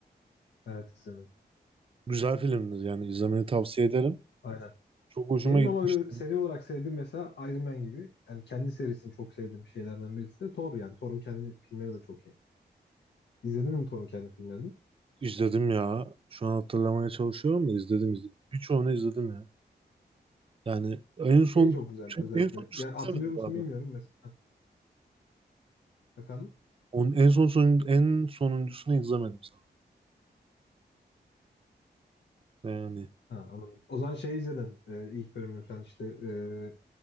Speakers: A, on the left; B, on the right.
A: Evet izlemedim.
B: Güzel filmdir yani izlemeni tavsiye ederim.
A: Aynen.
B: Çok hoşuma
A: Benim
B: gitmişti.
A: ama öyle seri olarak sevdiğim mesela Iron Man gibi. Yani kendi serisini çok sevdiğim şeylerden birisi de Thor yani. Thor'un kendi filmleri de çok iyi. İzledin mi Thor'un kendi filmlerini?
B: İzledim ya. Şu an hatırlamaya çalışıyorum da izledim izledim. Birçoğunu izledim ya. Yani en son
A: Şey çok güzel özellikle.
B: en sonuncusunu
A: Yani hatırlıyor
B: izlemedim
A: musun
B: galiba.
A: bilmiyorum mesela. Efendim?
B: Onun en son, son en sonuncusunu izlemedim sanırım. Yani
A: Ha, anladım. O zaman şey izledin. e, ilk bölümünü falan işte e,